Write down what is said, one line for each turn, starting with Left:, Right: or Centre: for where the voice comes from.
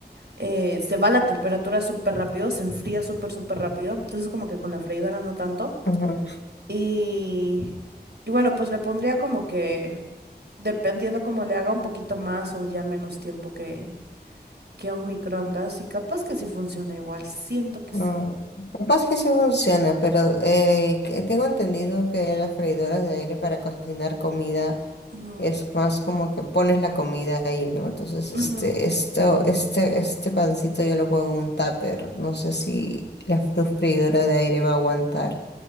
Right: eh, se va la temperatura súper rápido, se enfría súper, súper rápido. Entonces como que con la freidora no tanto.
Left: ajá.
Right: Y, y bueno, pues le pondría como que dependiendo cómo le haga un poquito más o ya menos tiempo que, que un microondas. Y capaz que sí funciona igual. Siento que sí.
Left: ah, Capaz que sí funciona, pero eh, que tengo entendido que las freidoras de aire para cocinar comida
Right: Ujú,
Left: es más como que pones la comida ahí, ¿no? Entonces, este,
Right: ujú.
Left: esto, este, este pancito yo lo pongo en un tupper. No sé si la fr- freidora de aire va a aguantar